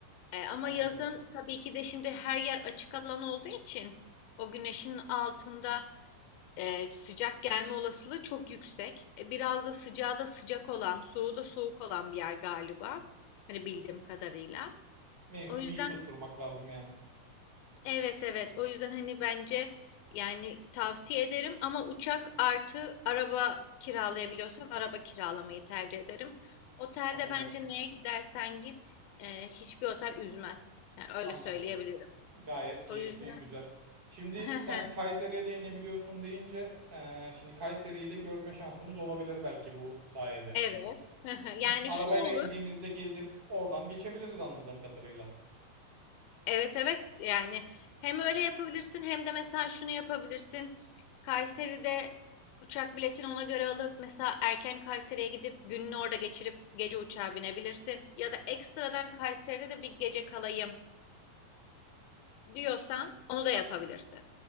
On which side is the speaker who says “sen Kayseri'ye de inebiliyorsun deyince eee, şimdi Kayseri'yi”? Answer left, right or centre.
Right